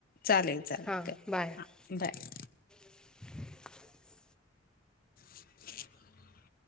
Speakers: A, on the left; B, in the centre.
A: चालेल चालेल
B: हा
A: कर
B: बाय <unintelligible>
A: बाय <unintelligible>
B: <unintelligible> <unintelligible>
A: <unintelligible> <unintelligible>